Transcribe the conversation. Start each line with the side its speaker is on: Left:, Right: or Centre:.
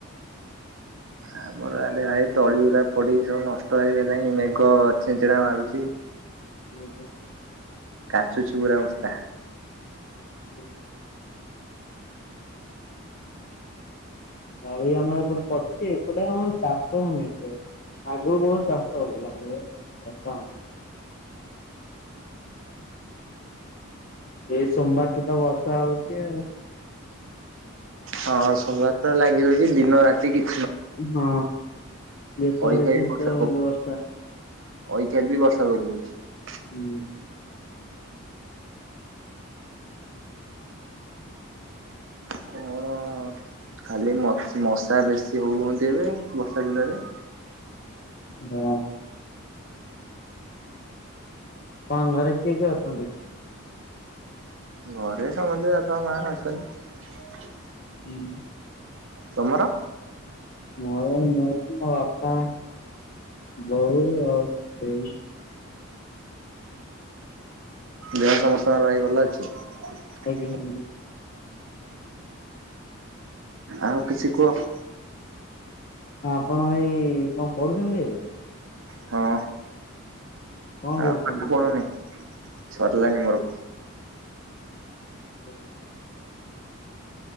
Right: ଆମର ଇଆଡେ ଭାଇ ତଳିଗୁରା ପଡିକି ସବୁ ନଷ୍ଟ ହେଇଗଲାଣି, ମେଘ ଛିଞ୍ଚିଡା ମାରୁଚି।
Left: ନିଜେ
Right: କାଚୁଛି ପୁରା ବର୍ଷା।
Left: ହୁଁ। ତଳି ଆମର ଏପଟେ ପଡି଼ଛି। ଏପଟେ ଆମର ଚାଷ ହଉନି ଏତେ ଆଉ। ଆଗରୁ ବହୁତ ଚାଷ ହଉଥିଲା। ଏବେ ଆଉ ଚାଷ ହଉନି। <inaudible> ଏଇ ସୋମବାରଠୁ ତ ବର୍ଷା ହଉଛି ଆଉ।
Right: ହଁ ସୋମବାର ରୁ ତ ଲାଗି ରହିଛି ଦିନ ରାତି କିଛି
Left: ହଁ। ଯେତେବେଳେ
Right: ଅଇଠାରେ
Left: ଇଚ୍ଛା ସେତେବେଳେ
Right: ବି ବର୍ଷା ପକଉଛି
Left: ହେଲେ ବର୍ଷା
Right: ଏଇକବି ବି ବର୍ଷା ପକଉଛି।
Left: ହୁଁ।
Right: କଣ ଖାଲି ମଶା ବେଶୀ ହଉୁଛନ୍ତି ଏବେ ବର୍ଷା ଦିନରେ
Left: ହଁ। ତମ ଘରେ କିଏ କିଏ ଅଛନ୍ତି?
Right: ଘରେ ସମସ୍ତ ବାପା ମା ଅଛନ୍ତି।
Left: ହୁଁ।
Right: ତୁମର?
Left: ମୋର ମୁଁ, ମୋ ବାପା ବୋଉ ଆଉ ମୋ ଦେଇ।
Right: ଦେହ ସମସ୍ତଙ୍କର ଭାଇ ଭଲ ଅଛି?
Left: ହ ହୁଁଁ।
Right: ଆଉ କିଛି କୁହ?
Left: ଆପଣ ଭାଇ କଣ ପଢୁଛନ୍ତି ଏବେ?
Right: ହଁ
Left: କଣ
Right: ଆଉ
Left: ପଢ଼ୁଛନ୍ତି?
Right: ପାଠ ପଢୁନି? ସରିଲାଣି ମୋର
Left: ହୁଁ ହ।